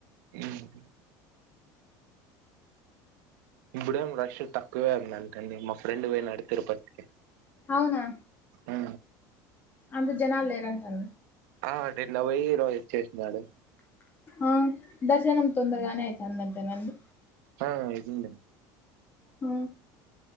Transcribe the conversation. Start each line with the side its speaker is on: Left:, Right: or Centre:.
Right: ఊమ్ ఇప్పుడేం రష్ తక్కువే ఉందంటండీ మా ఫ్రెండ్ పోయినాడు తిరుపతికి
Left: అవ్నా
Right: ఆ
Left: అంత జనాల్ లేరంటన
Right: ఆ నిన్న పోయి ఈరోజ్ ఓచ్చేశ్నాడు.
Left: ఆ దర్శనం తొందర్గానే అయిపోయిదంటన అండి.
Right: ఆ అయిపోయిందండి.
Left: ఆ